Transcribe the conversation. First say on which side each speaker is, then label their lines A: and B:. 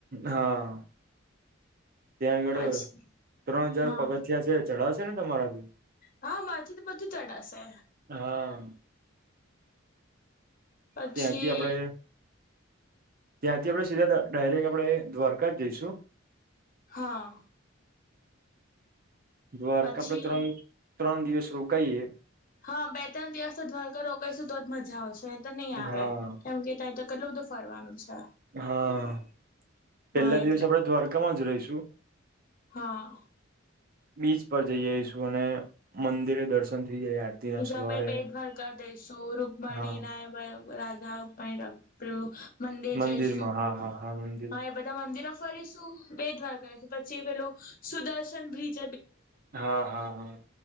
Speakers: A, on the right (about 45°); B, on the left (about 45°).
A: હા ત્યાં આગળ
B: પછી
A: ત્રણ હજાર
B: હા
A: પગથિયા છે, ચડાવશે ને તમારાથી.
B: હા, મારથી તો બધું ચડાશે
A: હા
B: પછી
A: ત્યાંથી આપડે ત્યાંથી, આપણે સીધા ડાયરેક્ટ આપણે દ્વારકા જ જઈશુ
B: હા
A: દ્વારકા,
B: પછી
A: આપડે ત્રણ ત્રણ દિવસ રોકાઈએ
B: હા બે, ત્રણ દિવસ તો ધ્વારઘ રો કઈશું તો જ મજા આવશે. એ તો નહી આવે
A: હા
B: કેમ કે ત તો કેટલું બધું ફરવાનું છે.
A: હા, પેલા
B: હા એટલે
A: દિવસ આપણે દ્વારકામાં જ રહીશુ
B: હા.
A: બીચ પર જઈ આવીઈશું? અને મંદિરે દર્શન થઈ જાય આરતી ના
B: હજ,
A: સવારે
B: ભાઈ ભ બેદભાવ કરી દઈસું રૂકમણી
A: હા
B: ના રાધા રખડ મંદિર
A: મંદિરમાં
B: જઈશુ,
A: હા હા મંદિર
B: હા એ બધા મંદિરો. ફરી શું બેદ વાર ગયો છે, પછી પેલું સુદર્શન બ્રિજ
A: હા, હા, હા